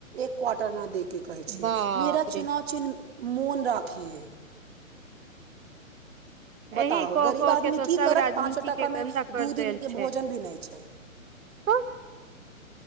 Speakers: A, on the right (about 45°); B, on the right (about 75°).
A: एक क्वार्टर न देके के कहै छियै
B: बाप
A: मेरा चुनाव
B: रे
A: चिन्ह मोन राखियै बताहो
B: एहि कऽ
A: गरीब
B: कऽ
A: आदमी
B: के तऽ
A: की
B: सभ
A: करत
B: राजनीति
A: पाँच सौ टका
B: के
A: मे
B: गन्दा कर
A: दू दिन
B: देल
A: के
B: छै
A: भोजन भी नै छै
B: तहँ